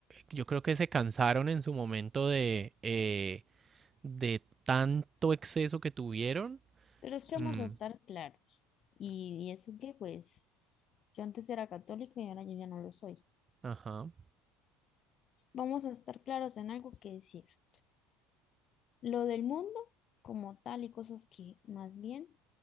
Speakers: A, on the right (about 30°); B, on the left (about 45°).
A: yo creo que se cansaron en su momento de, eh, de tanto exceso que tuvieron.
B: Pero es que
A: Mm,
B: vamos a estar claros. Y, y eso que pues yo antes era católica y ahora yo ya no lo soy.
A: ajá.
B: Vamos a estar claros en algo que es cierto. Lo del mundo como tal y cosas que más bien